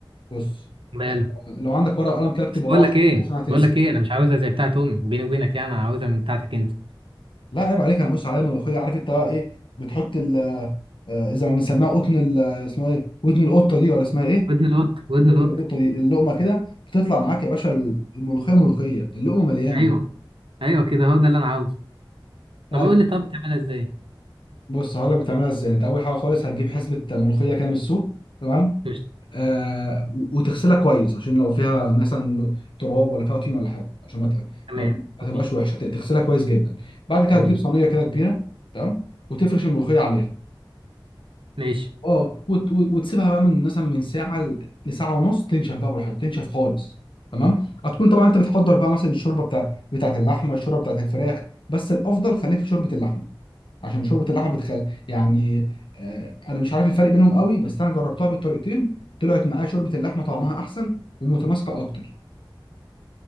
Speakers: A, on the left (about 70°); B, on the right (about 80°).
A: بص
B: ماله
A: آه، لو عندك ورقه وقلم كده اكتب
B: بس
A: ورايا
B: بقول لك
A: عشان
B: ايه
A: عشان هتنسى
B: بقول لك ايه انا مش عاوزها زي بتاعت امي بيني وبينك يعني انا عاوزها من بتاعتك انت
A: لا عيب عليك انا بص عليا الملوخيه عارف انت بقى ايه بتحط ال آه، اذا ما بنسميها قطن ال- آه، اسمها ايه ودن القطه دي ولا اسمها ايه
B: ودن القط ودن
A: ودن
B: القط
A: القطه دي اللقمه كده بتطلع معاك يا باشا ال- الملوخيه ملوخيه اللقمه مليانه
B: ايوه ايوه كده هو ده اللي انا عاوزه طب
A: ايوه
B: قول لي طب بتعملها ازاي
A: بص هقول لك بتعملها ازاي انت اول حاجه خالص هتجيب حزمه ملوخيه كده من السوق تمام
B: قشطة.
A: آه وتغسلها كويس عشان لو فيها مثلا تراب ولا فيها طين ولا حاجه عشان ما ت-
B: تمام
A: ما ما
B: جميل
A: تبقاش وحشه تغسلها كويس جدا بعد كده
B: جميل
A: هتجيب صينيه كده كبيره تمام وتفرش الملوخيه عليها
B: ماشي
A: اه وت- وت- وتسيبها بقى من مثلا من ساعه ل- لساعه ونص تنشف بقى براحتك تنشف خالص تمام هتكون طبعا انت بتحضر بقى مثلا الشوربه بتاع بتاعت اللحمه الشوربه بتاعت الفراخ بس الافضل خليك في شوربه اللحمه عشان شوربه اللحمه بتخل يعني آه، انا مش عارف الفرق بينهم قوي بس انا جربتها بالطريقتين طلعت معايا شوربه اللحمه طعمها احسن ومتماسكه اكتر